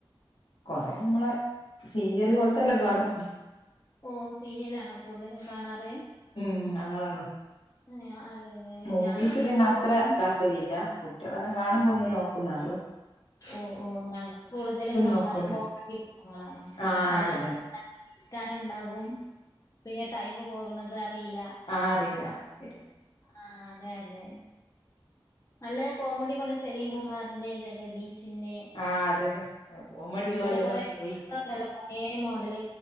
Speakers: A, on the left; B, on the left.
A: കൊറേ നമ്മള് സീരിയല് പോലത്തെല്ലാം കാണും.
B: ഓ സീരിയലാണോ കൂടുതലും കാണാറ്?
A: ഉം. അതാ കാണും.
B: ഏഹ് അതെ അതെ
A: മൂവീസ്
B: ഞാന്
A: പിന്നെ
B: കൂടുതലും
A: അത്ര <unintelligible> കുട്ടികളെല്ലാം കാണുമ്പോ ഒന്നും നോക്കുന്നേ ഉള്ളു.
B: ഓ ഓ ഞങ്ങൾ കൂടുതലും കാറിൽ
A: നോക്കൂല
B: പോവാൻ വേണ്ടി പോണതാ.
A: ആഹ്
B: അതാ
A: അതന്നെ
B: കാരം ഉണ്ടാകും പിന്നെ ടൈമ് പോകണത് അറിയില്ല.
A: ആ അറിയില്ല ശരിയാ.
B: ആ അതെ അതെ നല്ല കോമഡി പട സലീം കുമാറിൻ്റെ, ജഗദീഷിൻ്റെ.
A: ആ അതെനൊ കോമഡിയുള്ളവരെല്ലാം
B: കൊറേ
A: പോയിപ്പം.
B: പടങ്ങളുണ്ടല്ലോ പഴയ മോഡല്